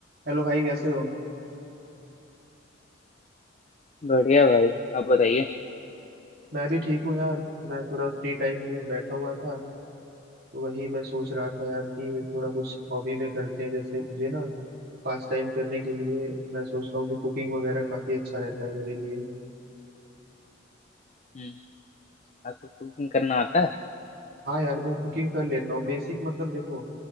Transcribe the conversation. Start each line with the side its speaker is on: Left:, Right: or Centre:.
Right: Hello भाई कैसे हो
Left: बढ़िया भाई आप बताइए
Right: मैं भी ठीक हूँ यार मैं थोड़ा फ्री टाइम में बैठा हुआ था तो वही मैं सोच रहा था यार कि थोड़ा कुछ हॉबी में करते हैं जैसे मुझे ना पास टाइम करने के लिए मैं सोचता हूँ
Left: हम्म
Right: कि कुकिंग वगैरह काफी अच्छा रहता है मेरे लिए
Left: हम्म आपको कुकिंग करना आता है
Right: हाँ यार मैं कुकिंग कर लेता हूँ बेसिक मतलब देखो